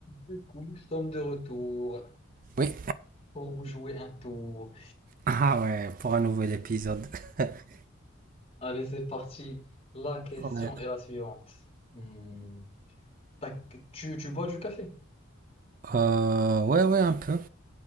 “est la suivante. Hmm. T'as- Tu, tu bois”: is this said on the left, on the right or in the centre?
Left